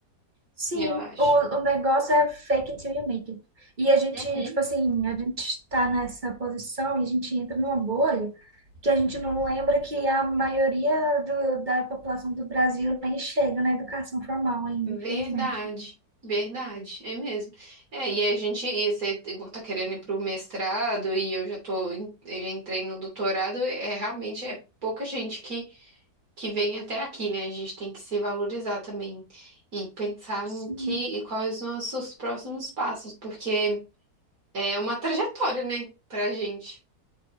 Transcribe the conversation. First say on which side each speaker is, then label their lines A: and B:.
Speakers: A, on the right; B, on the right.
A: Sim,
B: eu acho.
A: o, o negócio é fake until you make it. E a gente,
B: Uhum.
A: tipo assim, a gente está nessa posição e a gente entra numa bolha que a gente não lembra que a maioria do, da população do Brasil nem chega na educação formal ainda,
B: Verdade,
A: infelizmente.
B: verdade, é mesmo. É, e a gente, e você igual tá querendo ir pro mestrado e eu já tô, em- eu já entrei no doutorado, é realmente é pouca gente que que vem até aqui, né? A gente tem que se valorizar também e pensar no
A: Sim.
B: que e quais os nossos próximos passos, porque é uma trajetória, né, pra gente.